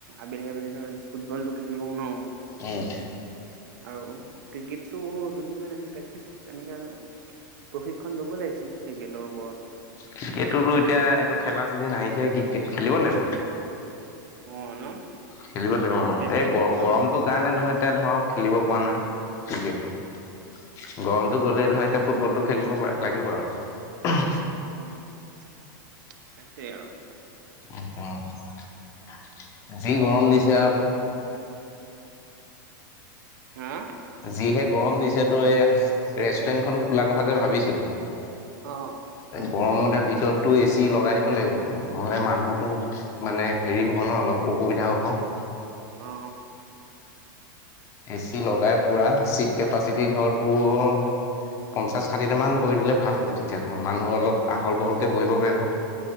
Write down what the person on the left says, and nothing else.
উম
ক্ৰিকটোতো এতিয়া এইটো খেলা চিজেন আহিছে ক্ৰিকট খেলিব লাগিব
খেলিব লাগিব আৰু
এই গ গৰমটো
কাৰণে ধৰ এতিয়া ধৰ খেলিব পৰা নাই <unintelligible>
গৰমটো গ'লেই
ধৰ এতিয়া ফুটবলটো খেলিব লাগিব আৰু
<unintelligible> যি গৰম দিছে আৰু তোৰ
যিহে গৰম দিছে তো এ ৰেষ্টুৰেন্ট খন খোলা কথা যে ভাবিছিলো
গৰমত দে ভিতৰতটো এ চি লগাই দিব লাগিব নহলে মানুহতো মানে হেৰি হব ন অলপ অসুবিধাও হব ন
এ চি লগাই পুৰা চিট কেপাচিটি ধৰ তোৰ পঞ্চাশ ষাঠিটামান কৰি দিলে ভাল হ'ব তেতিয়াতো মানুহ অলপ আহল বহলকে বহিব পাৰিব